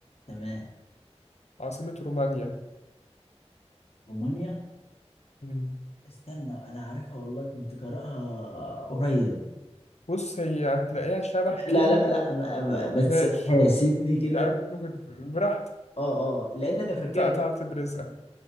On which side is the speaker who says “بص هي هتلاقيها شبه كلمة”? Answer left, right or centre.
Left